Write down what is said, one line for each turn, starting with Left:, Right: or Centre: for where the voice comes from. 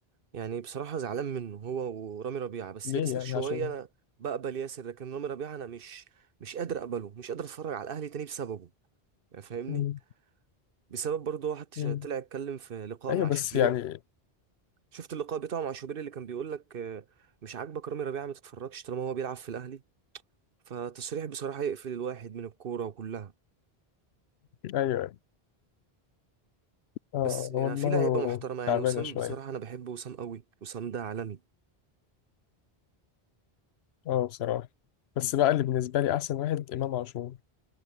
Right: يعني بصراحه زعلان منه هو ورامي ربيعه بس
Left: ليه
Right: ياسر
Left: يعني
Right: شويه
Left: عشان
Right: انا بقبل ياسر لكن رامي ربيعه انا مش مش قادر اقبله مش قادر اتفرج على الاهلي تاني بسببه يعني فاهمني
Left: مم،
Right: بسبب برضه واحد ش-
Left: مم.
Right: طلع اتكلم في لقاء
Left: أيوه
Right: مع
Left: بس
Right: شوبير
Left: يعني
Right: شفت اللقاء بتاعه مع شوبير اللي كان بيقول لك آه، مش عاجبك رامي ربيعه ما تتفرجش طالما هو بيلعب في الاهلي فالتصريح بصراحة يقفل الواحد من الكورة كلها
Left: أيوه اه
Right: بس يعني
Left: هو دماغه
Right: في لعيبة محترمة يعني
Left: تعبانة
Right: وسام
Left: شوية
Right: بصراحة أنا بحب وسام قوي وسام ده عالمي
Left: اه بصراحة بس بقى اللي بالنسبة لي أحسن واحد إمام عاشور